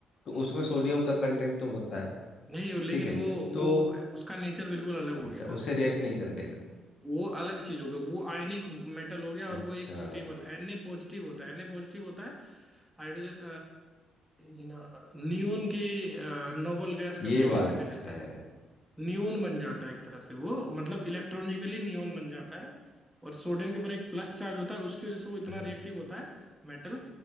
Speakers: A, on the left; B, in the centre.
A: तो
B: हम्म।
A: उसमें सोडियम का कंटेंट तो होता है
B: नहीं लेकिन
A: ठीक है
B: वो
A: तो
B: वो उसका नेचर बिल्कुल अलग
A: अच्छा
B: हो गया ना
A: उससे रिएक्ट नहीं करेगा
B: वो अलग चीज होगा वो आयनिक मेटल हो गया और
A: अच्छा
B: वो एक स्टेबल Na पॉजिटिव होता है Na पॉजिटिव होता है हाइड्रोजन नियोन के नोबल गैस कॉन्फ़िगरेशन
A: ये बात
B: ले लेता
A: है
B: है नियोन बन जाता है एक तरह से वो मतलब इलेक्ट्रॉनिकली नियोन बन जाता है और सोडियम के ऊपर एक प्लस चार्ज होता है उसकी वजह से वो इतना
A: हाँ।
B: रिएक्टिव होता है मेटल